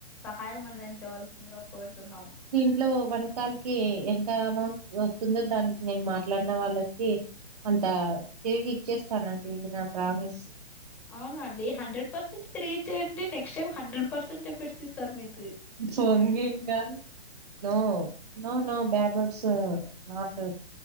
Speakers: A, in the centre; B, on the right (about 35°).
A: సహాయం అందించవలసిందిగా కోరుతున్నాం
B: ఇంట్లో వంటకాల్ కి ఎంత అమౌంట్ వస్తుందో దానికి నేన్ మాట్లాడిన వాళ్ళకి తా తిరిగి ఇచ్చేస్తానండి ఇది నా ప్రామిస్
A: అవున అండి హండ్రెడ్ పర్సెంట్ తిరిగి ఇచ్చేయండి next time hundred percent efforts ఇస్తార్ మీకు
B: బొంగేం గాదు no no no bad words not